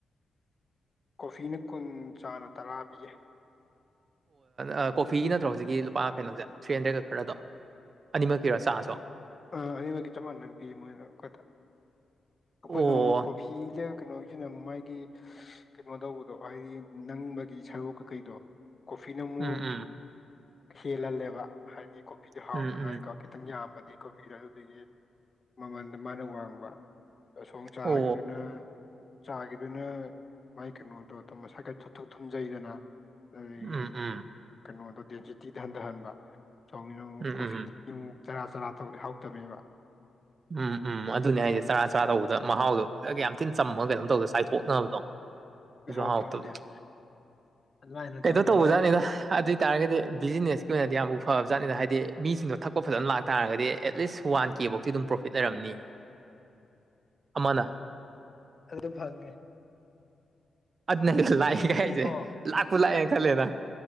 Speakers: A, on the left; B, on the right.
A: ꯀꯣꯐꯤꯅ ꯀꯨꯟ ꯆꯥꯅ ꯇꯔꯥ ꯄꯤꯌꯦ
B: ꯑꯣ ꯀꯣꯐꯤꯒꯤ ꯅꯠꯇ꯭ꯔꯣ ꯍꯧꯖꯤꯛꯀꯤ ꯂꯨꯄꯥ ꯀꯩꯅꯣꯁꯦ ꯊ꯭ꯔꯤ ꯍꯟꯗ꯭ꯔꯦꯠꯀ ꯈꯔꯗꯣ ꯑꯅꯤꯃꯛꯀꯤꯔꯣ ꯆꯥꯁꯨ
A: ꯑ ꯑꯅꯤꯃꯛꯛꯀꯤ ꯆꯞ ꯃꯥꯟꯅ ꯄꯤꯌꯦ ꯃꯣꯏꯅ ꯑꯩꯈꯣꯏꯗ
B: ꯑꯣ
A: ꯑꯩꯈꯣꯏꯅ ꯑꯃꯃꯛ ꯀꯣꯐ ꯐꯤꯗ ꯀꯩꯅꯣꯒꯤꯅ ꯃꯥꯒꯤ ꯀꯩꯅꯣ ꯇꯧꯕꯗꯣ ꯍꯥꯏꯗꯤ ꯅꯪꯕꯒꯤ ꯁꯔꯨꯛ ꯀꯀꯩꯗꯣ ꯀꯣꯐꯤꯅ ꯑꯃꯨꯛ
B: ꯎꯝ ꯎꯝ
A: ꯍꯦꯜꯍꯜꯂꯦꯕ ꯍꯥꯏꯗꯤ ꯀꯣꯐꯤꯗꯨ ꯍꯥꯎꯅꯉꯥꯏꯀꯣ
B: ꯎꯝ ꯎꯝ
A: ꯈꯤꯇꯪ ꯌꯥꯝꯃꯗꯤ ꯀꯣꯐꯤꯗꯣ ꯑꯗꯨꯗꯒꯤ ꯃꯃꯟꯗ ꯃꯥꯅ ꯋꯥꯡꯕ ꯑꯁꯣꯝ ꯆꯥꯒꯤꯗꯨꯅ
B: ꯑꯣ
A: ꯆꯥꯒꯤꯗꯨꯅ ꯃꯥꯏ ꯀꯩꯅꯣꯗꯣ ꯑꯗꯨꯝ ꯃꯁꯥꯏꯀ ꯊꯨꯊꯨ ꯊꯨꯝꯖꯩꯗꯅ ꯑꯗꯨꯗꯒꯤ
B: ꯎꯝ ꯎꯝ
A: ꯀꯩꯅꯣꯗꯣ ꯗꯦꯟꯁꯤꯇꯤꯗ ꯍꯟꯊꯍꯟꯕ ꯁꯣꯝꯅꯤꯅ ꯑꯃꯨꯛ
B: ꯎꯝ
A: ꯀꯣꯐꯤ
B: ꯎꯝ
A: ꯑꯃꯨꯛ ꯆꯔꯥ ꯆꯔꯥ ꯇꯧ ꯍꯧꯇꯕꯅꯦꯕ
B: ꯎꯝ ꯎꯝ ꯑꯗꯨꯅꯦ ꯑꯩꯁꯦ ꯆꯔꯥ ꯆꯔꯥ ꯇꯧꯕꯗ ꯃꯍꯥꯎꯗꯣꯒ ꯌꯥꯝ ꯊꯤꯟ ꯆꯝꯃꯒ ꯀꯩꯅꯣ ꯇꯧꯗ ꯆꯥꯏꯊꯣꯛꯅꯕꯗꯣ ꯖꯨꯍꯥꯎꯇꯨꯗ
A: ꯍꯥꯎꯇꯕꯅꯦꯕ ꯑꯗꯨꯃꯥꯏꯅ
B: ꯀꯩꯇ
A: ꯇꯧꯔꯒ
B: ꯇꯧꯕꯖꯥꯠꯅꯤꯅ ꯑꯗꯨ ꯑꯣꯏ ꯇꯇꯥꯔꯒꯗꯤ ꯕꯤꯖꯤꯅꯦꯁꯀꯤ ꯑꯣꯏꯅꯗꯤ ꯌꯥꯝꯕꯨ ꯐꯕ ꯖꯥꯠꯅꯤꯅ ꯍꯥꯏꯗꯤ ꯃꯤꯁꯤꯡꯗꯣ ꯊꯛꯄ ꯐꯖꯅ ꯂꯥꯛꯇꯥꯥꯔꯒꯗꯤ ꯑꯦꯠꯂꯤꯁ ꯋꯥꯟ ꯀꯦꯐꯧꯇꯤ ꯑꯗꯨꯝ ꯄ꯭ꯔꯣꯐꯤꯠ ꯂꯩꯔꯝꯅꯤ ꯑꯃꯅ
A: ꯑꯗꯨꯣ ꯐꯪꯤ
B: ꯑꯗꯨꯅ
A: ꯄ꯭ꯔꯣꯐꯤꯠꯀꯤꯗꯤꯀꯣ
B: ꯂꯥꯛꯏꯈꯩꯁꯦ ꯂꯥꯛꯄ ꯂꯥꯛꯑꯦꯅ ꯈꯜꯂꯦꯗ